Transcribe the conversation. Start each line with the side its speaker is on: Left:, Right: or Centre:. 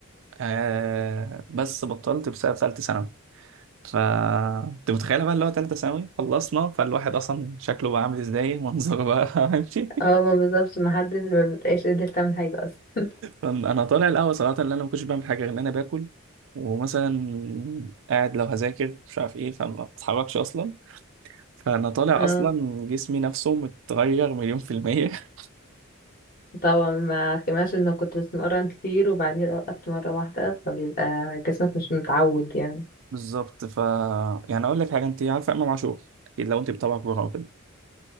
Right: آه بس بطلت بسبب تالتة ثانوي ف انت متخيله بقى اللي هو تالتة ثانوي خلصنا فالواحد اصلا شكله بقى عامل ازاي منظره بقى <laughs> ماشي
Left: اه ما بالظبط ما حدش ما بتبقاش قادر تعمل حاجة اصلا
Right: انا طالع الاول صراحه ان انا ما كنتش بعمل حاجه غير ان انا باكل ومثلا قاعد لو هذاكر مش عارف ايه فما بتحركش اصلا فانا طالع
Left: اه
Right: اصلا جسمي نفسه متغير مليون في الميه <laughs>
Left: طبعا ما كماش انه كنت بتمرن كتير وبعدين وقفت مرة واحدة فبيبقى جسمك مش متعود يعني
Right: بالظبط ف يعني اقول لك حاجه انت عارفه امام عاشور اكيد لو انت بتابعك بره وكده